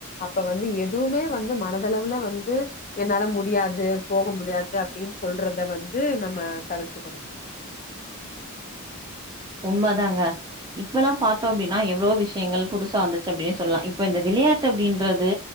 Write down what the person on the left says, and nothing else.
அப்ப வந்து எதுவுமே வந்து மனதளவுல வந்து என்னால முடியாது போக முடியாது அப்டின்னு சொல்றத வந்து நம்ம தவிர்த்துக்கணு